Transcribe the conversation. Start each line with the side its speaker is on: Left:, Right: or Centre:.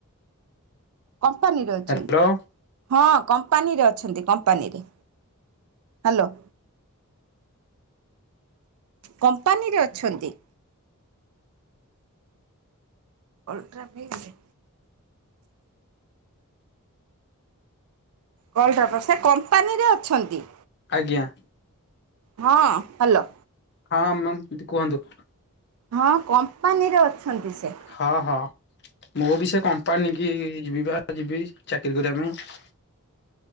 Right: କମ୍ପାନୀରେ ଅଛନ୍ତି।
Left: ହ୍ୟାଲୋ
Right: ହଁ କମ୍ପାନୀରେ ଅଛନ୍ତି, କମ୍ପାନୀରେ, ହାଲୋ। କମ୍ପାନୀରେ ଅଛନ୍ତି। ଓଲଟ୍ରା ଫେଜ୍ ରେ? କଲ୍ ଟାଟା, ସେ କମ୍ପାନୀରେ ଅଛନ୍ତି?
Left: ଆଜ୍ଞା।
Right: ହଁ, ହାଲୋ।
Left: ହଁ ମ୍ୟାମ୍ କିତି କୁହନ୍ତୁ?
Right: ହଁ, କମ୍ପାନୀରେ ଅଛନ୍ତି ସେ।
Left: ହଁ ହଁ, ମୁଁ ବି ସେ କମ୍ପାନୀ କି ଯିବି ପରା ଯିବି, ଚାକିରି କରିବା ପାଇଁ।